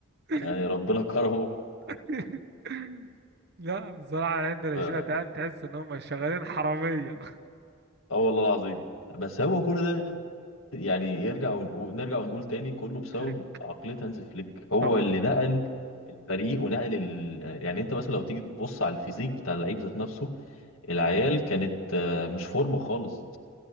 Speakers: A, on the right (about 55°); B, on the left (about 85°).
A: <laughs>
B: يعني ربنا <laughs> كرمه
A: <laughs> لا بصراحة عندنا
B: ف-
A: شوية عيال تحس إن هم شغالين حرامية
B: اه والله العظيم بس هو كل ده يعني يرجع ونقول نرجع ونقول تاني كله بسبب
A: فليك
B: عقليه هانز فليك هو
A: طبعا
B: اللي نقل الفريق ونقل ال... يعني انت مثلا لو تيجي تبص على الفيزيك بتاع اللعيب ذات نفسه العيال كانت آه، مش فورمه خالص